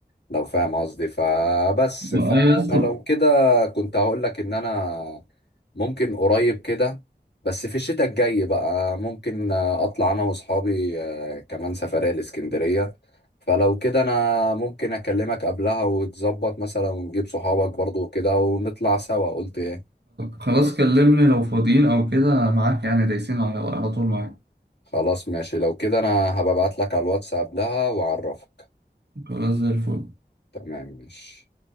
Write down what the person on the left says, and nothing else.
لو فاهم قصدي فبس
فانا
لو كده كنت هقول لك ان انا ممكن قريب كده بس في الشتاء الجاي بقى ممكن اطلع انا واصحابي آه، كمان سفرية الاسكندرية فلو كده انا ممكن اكلمك قبلها وتظبط مثلا ونجيب صحابك برضو كده ونطلع سوا قلت ايه
خلاص ماشي لو كده انا هبعت لك على الواتس قبلها واعرفك
تمام ماشي